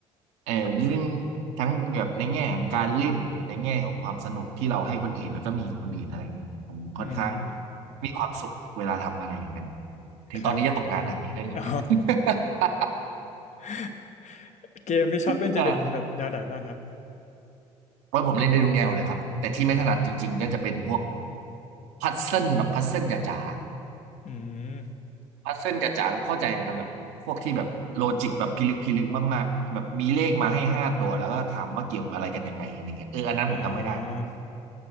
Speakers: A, on the right (about 75°); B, on the left (about 45°).
A: เออเรื่องทั้งแบบในแง่ของการเล่นในแง่ของความสนุกที่เราให้คนอื่นแล้วก็มีกับคนอื่นอะไรอย่างเงี้ยผมค่อนข้าง
B: อืม
A: มีความสุขเวลาทำอะไรอย่างนั้นถึงตอนนี้จะตกงานนะอีกเรื่องหนึ่ง
B: ครับอ๋อ
A: <laughs>
B: <laughs> เกมที่ชอบเล่นจะเป็นแบบแนวไหนบ้างครับ
A: เเพราะผมเล่นได้ทุกแนวเลยครับแต่ที่ไม่ถนัดจริงๆก็จะเป็นพวกพัซเซิลแบบพัซเซิลจ๋า
B: อืม
A: ๆพัซเซิลจ๋าๆแบบเข้าใจเลยครับแบบพวกที่แบบโลจิกแบบพิลึกพิลึกมากๆแบบมีเลขมาให้ห้าตัวแล้วก็ถามว่าเกี่ยวกับอะไรกันยังไงอะไรเงี้ยเอออันนั้นผมทำไม่ได้
B: อ่า